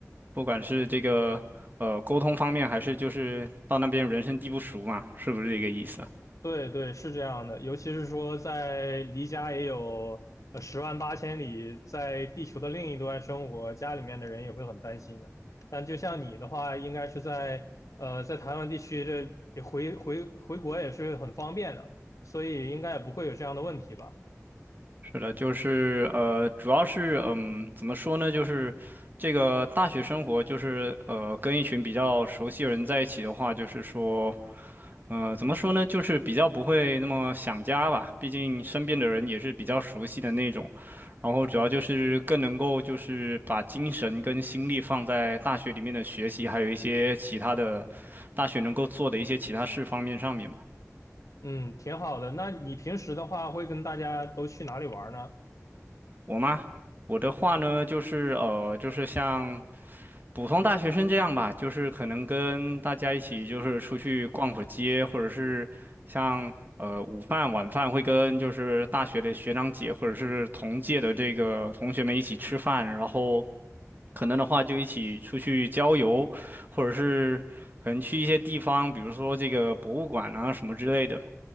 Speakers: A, on the right; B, on the left.
A: 不管是这个呃沟通方面，还是就是到那边人生地不熟嘛，是不是这个意思？
B: 对对，是这样的，尤其是说在离家也有呃十万八千里，在地球的另一端生活，家里面的人也会很担心的。但就像你的话，应该是在呃在台湾地区这也回回回国也是很方便的，所以应该也不会有这样的问题吧。
A: 是的，就是呃，主要是嗯，怎么说呢？就是这个大学生活，就是呃，跟一群比较熟悉的人在一起的话，就是说，呃，怎么说呢？就是比较不会那么想家吧，毕竟身边的人也是比较熟悉的那种。然后主要就是更能够就是把精神跟心力放在大学里面的学习，还有一些其他的大学能够做的一些其他事方面上面吧。
B: 嗯，挺好的。那你平时的话，会跟大家都去哪里玩呢？
A: 我吗？我的话呢，就是呃，就是像普通大学生这样吧，就是可能跟大家一起就是出去逛会儿街，或者是像呃午饭晚饭会跟就是大学的学长姐或者是同届的这个同学们一起吃饭，然后可能的话就一起出去郊游，或者是可能去一些地方，比如说这个博物馆啊什么之类的，